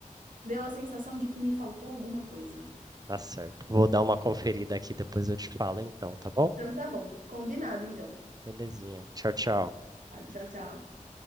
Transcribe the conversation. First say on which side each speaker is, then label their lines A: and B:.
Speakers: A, on the right (about 80°); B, on the right (about 30°).
A: deu a sensação de que me faltou alguma coisa.
B: Tá certo. Vou dar uma conferida aqui, depois eu te falo então, tá bom?
A: Então tá bom, combinado então.
B: Belezinha. Tchau, tchau.
A: Tá, tchau, tchau.